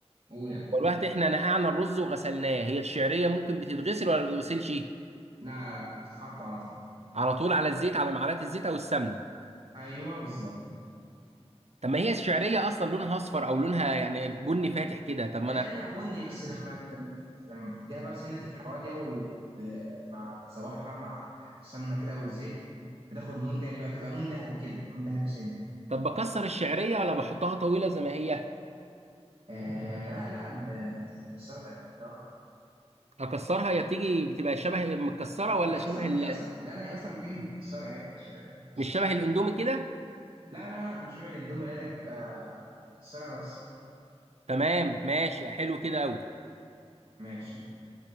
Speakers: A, on the right; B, on the right.
A: قول يعني
B: والوقت احنا نقعنا الرز وغسلناه هي الشعريه ممكن بتتغسل ولا ما بتتغسلش
A: لا لا لا تتحط على طول
B: على طول على الزيت على معلقه الزيت او السمنه
A: ايوه بالظبط
B: طب ما هي الشعرية أصلا لونها أصفر أو لونها يعني بني فاتح كده طب ما
A: لا
B: أنا
A: عينينها بني بس لما لما لما بتديها بقى سنة الحرارة دي ومع بتسوحها بقى مع السمنة كده والزيت بتاخد لون تاني بقى بتبقى لون ذهبي كده لون ذهبي سن
B: طب بكسر الشعرية ولا بحطها طويلة زي ما هي
A: آه لا لا ال- اكيد هتكسرها اكيد اه
B: أكسرها يا بتيجي بتبقى شبه متكسرة ولا
A: هي
B: شبه
A: اصلا
B: ال...
A: هي اصلا لا لا هي اصلا بتيجي متكسرة يعني الشرقية بتيجي متكسرة
B: مش شبه الأندومي كده
A: لا لا لا مش شبه الاندومي لا لا، هي بتبقى متكسرة بس
B: تمام ماشي حلو كده أوي
A: ماشي